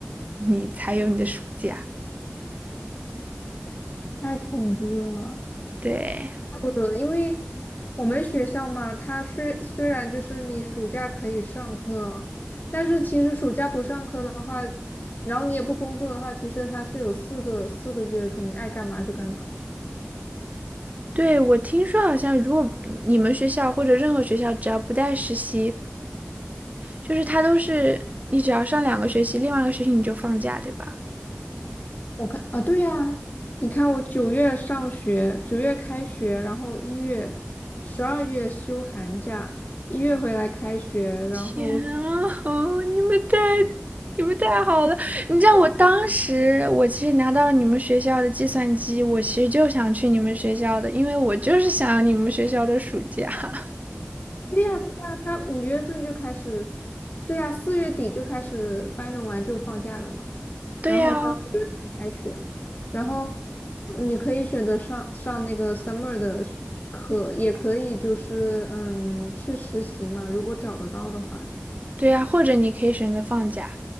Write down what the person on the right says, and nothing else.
你才有你的暑假，
对。
对，我听说好像如果你们学校或者任何学校只要不带实习，就是他都是你只要上两个学期，另外一个学期你就放假，对吧？
天啊，哦你们太你们太好了！你知道我当时我其实拿到了你们学校的计算机，我其实就想去你们学校的，因为我就是想要你们学校的暑假。<laughs>
对呀，
对呀，或者你可以选择放假。